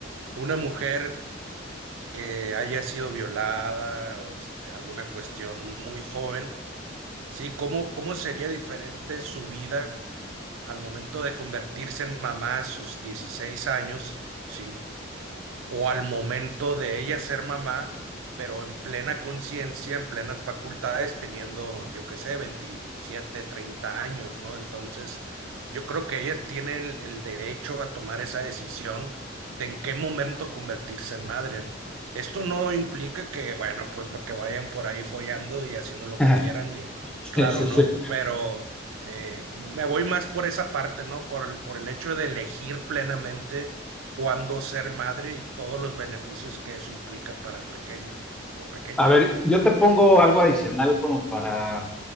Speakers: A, on the right; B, in the centre.
A: Una mujer que haya sido violada o este, alguna cuestión muy joven, ¿sí? ¿Cómo, cómo sería diferente su vida al momento de convertirse en mamá a sus 16 años, ¿sí? o al momento de ella ser mamá, pero en plena conciencia, en plenas facultades, teniendo, yo qué sé, 27, 30 años, ¿no? Entonces, yo creo que ella tiene el, el derecho a tomar esa decisión de en qué momento convertirse en madre, ¿no? Esto no implica que, bueno, pues que vayan por ahí follando y haciendo lo
B: <laughs>
A: que quieran y
B: Sí,
A: claro,
B: sí,
A: ¿no?
B: sí.
A: Pero eh, me voy más por esa parte, ¿no? Por el, por el hecho de elegir plenamente cuándo ser madre y todos los beneficios que eso implica para el pequeño o pequeño.
B: A ver, yo te pongo algo adicional como para